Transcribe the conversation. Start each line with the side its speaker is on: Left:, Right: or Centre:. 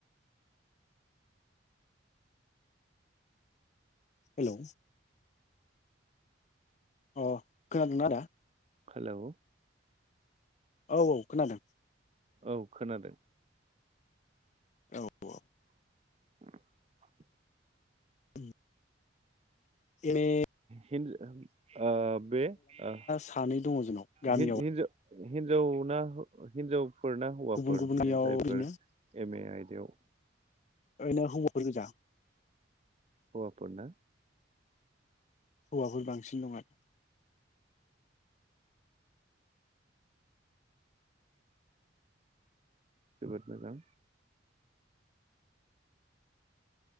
Left: हेलौ अ खोनादोंना आदा
Right: हेलौ
Left: औ औ खोनादों
Right: औ खोनादों
Left: औ औ
Right: <inaudible>
Left: उम <unintelligible>
Right: हिनज ओम ओ बे ओ
Left: सानै दङ जोंनाव गामियाव
Right: हिन-हिन-हिन्जावना हौ अ हिनजाव फोर ना हौवाफोर
Left: गुबुन गुबुननियाव
Right: बे जायफोर
Left: ओरैनो
Right: एम ए आय बेयाव
Left: ओरैनो हौवाफोर गोजा
Right: हौवाफोर ना
Left: हौवाफोर बांसिन दं आरो
Right: जोबोद मोजां